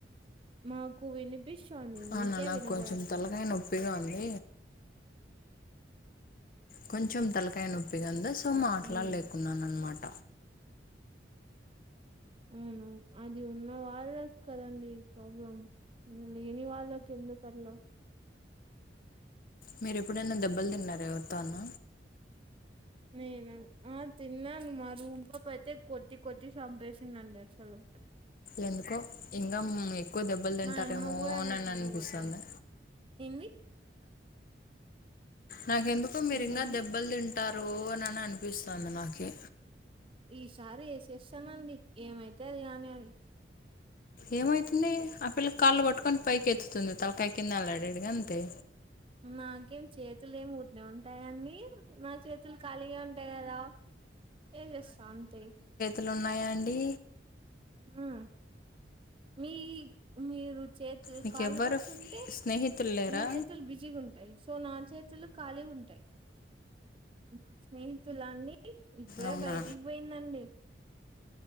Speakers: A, on the right; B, on the left.
A: మాకు వినిపిస్ తంది మీకే
B: అవునా నాకు
A: వినపడట్లేదు
B: కొంచెం తలకాయ నొప్పిగా ఉంది కొంచెం తలకాయ నొప్పిగా ఉందా సో మాట్లాడలేకున్నాన
A: అవును
B: అనమాట
A: అవును అది ఉన్న వాళ్ళకి కదండి ప్రాబ్లం లేని వాళ్ళకి ఎందుకల్లా
B: మీరు ఎప్పుడైనా దెబ్బలు తిన్నార ఎవరితో అన్న
A: నేన ఆ తిన్నాను మా రూమ్పప్పు అయితే కొట్టి కొట్టి చంపేసిందండి అసలు
B: ఎందుకో ఇంగం ఎక్కువ దెబ్బలు తింటారేమో
A: మా అమ్మ కూడా
B: అనిని
A: అన్ని సార్లు
B: అనిపిస్తుంది
A: కొట్లా ఏంది
B: నాకెందుకో మీరు
A: ఏంటండి
B: ఇంకా దెబ్బలు తింటారు అని అని అనుకు ఇస్తా అంది నాకే
A: ఈసారి ఏసేస్తామండి ఏమైతే అది కానీ గాని
B: ఏమవుతుంది ఆ పిల్ల కాళ్ళు పట్టుకొని పైకి ఎత్తుతుంది తలకాయ కిందా ఎలాడేడుగా అంతే
A: నాకేం చేతులు ఏం ఊర్క్నే ఉంటాయండి నా చేతులు ఖాళీగా ఉంటాయి కదా ఏ చేస్తా అంతే
B: ఇల్లు ఉన్నాయా అండి
A: హుం మీ మీరు చేతులు
B: నీకెవ్వరు
A: కాళ్ళు పట్టుకుంటే
B: స్నేహితులు లేరా
A: మీ చేతులు బిజీగా ఉంటాయి సో నా చేతులు ఖాళీ ఉంటాయి నా స్నేహితులన్నీ ఇప్పుడే
B: అవునా
A: బయటికి పోయిందండి